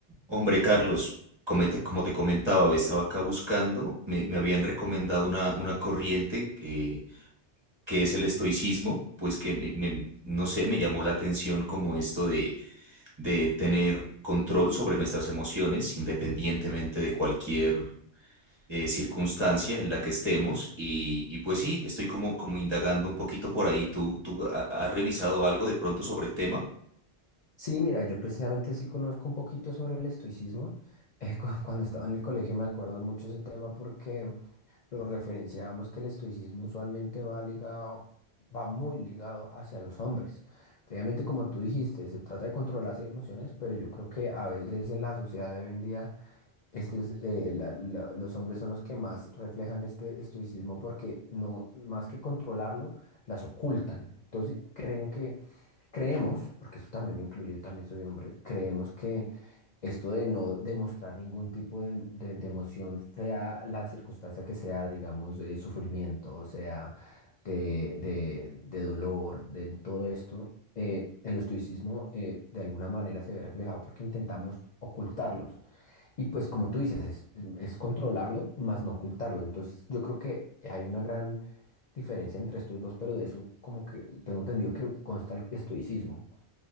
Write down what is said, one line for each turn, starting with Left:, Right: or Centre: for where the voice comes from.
Right: Hombre, Carlos, como te, como te comentaba, estaba acá buscando, me, me habían recomendado una, una corriente que, que es el estoicismo, pues que me, me- no sé, me llamó la atención como esto de, de tener control sobre nuestras emociones independientemente de cualquier eh, circunstancia en la que estemos. Y, y pues sí, estoy como, como indagando un poquito por ahí. ¿Tú, tú ha- has revisado algo de pronto sobre el tema?
Left: Sí, mira, yo precisamente sí conozco un poquito sobre el estoicismo. <laughs> Eh, cu- cuando estaba en el colegio me acuerdo mucho ese tema porque lo referenciábamos que el estoicismo usualmente va ligado, va muy ligado hacia los hombres. Previamente, como tú dijiste, se trata de controlar las emociones, pero yo creo que a veces en la sociedad de hoy en día este es, eh, la- la- los hombres son los que más reflejan este estoicismo porque no, más que controlarlo, las ocultan. Entonces creen que, creemos, porque eso también me incluye, yo también soy hombre, creemos que esto de no demostrar ningún tipo de, de- de emoción, sea la circunstancia que sea, digamos, eh, sufrimiento, o sea, de, de- de dolor, de todo esto, eh, el estoicismo eh, de alguna manera se ve reflejado porque intentamos ocultarlos. Y pues como tú dices, es, es controlarlo, más no ocultarlo. Entonces yo creo que hay una gran diferencia entre estos dos, pero de eso como que tengo entendido que consta el estoicismo.